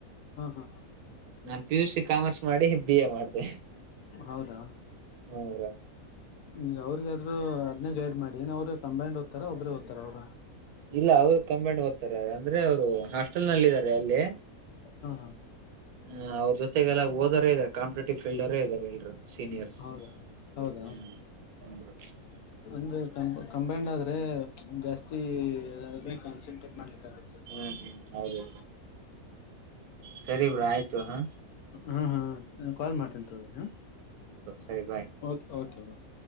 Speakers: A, on the left (about 85°); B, on the right (about 80°).
A: ಹ ಹ
B: ನಾನ್ ಪಿ ಯು ಸಿ ಕಾಮರ್ಸ್ ಮಾಡಿ ಬಿ ಎ ಮಾಡಿದೆ
A: ಹೌದಾ
B: <unintelligible>
A: ಈಗ ಅವ್ರಗ ಆದ್ರು ಅದ್ನೇ ಗೈಡ್ ಮಾಡಿ ಏನ ಅವ್ರ ಕಂಬೈಂಡ್ ಓದ್ತಾರ ಒಬ್ರೇ ಓದ್ತಾರ ಅವ್ರು
B: ಇಲ್ಲ ಅವ್ರ ಕಾಂಬಿನೆಡ್ ಓದ್ತಾರೆ ಅಂದ್ರೆ ಅವ್ರು ಹಾಸ್ಟೆಲ್ ನಲ್ಲಿ ಇದಾರೆ ಅಲ್ಲಿೇ
A: ಹಾ ಹಾ
B: ಹ ಅವ್ರ ಜೊತೆಗೆಲ್ಲ ಓದೋರ ಇದಾರೆ ಕಾಂಪಟೇಟಿವ್ ಫಲ್ಡರೇ ಇದಾರೆ ಎಲ್ರು <unintelligible> ಇಯರ್ಸ್
A: ಹೌದಾ ಹೌದಾ
B: ಹ <unintelligible>
A: ಅಂದ್ರೆ ಕಂಬೈಂಡ್ ಆದ್ರೆ ಜಾಸ್ತಿ ಕಾನ್ಸಂಟ್ರೇಟ್ ಮಾಡ್ಲಿಕ್ಕೆ ಆಗುತ್ತೆ
B: ಹ್ಮ್ ಹ್ಮ್ ಹೌದೌ ಸರಿ ಬ್ರೋ ಆಯ್ತು ಹ
A: ಹಾ ಹಾ ಕಾಲ್ ಮಾಡ್ತೀನ ತಗಿ ಹಾಂ
B: ಸರಿ ಬಾಯ್
A: ಓಕೆ ಓಕೆ ಬಾಯ್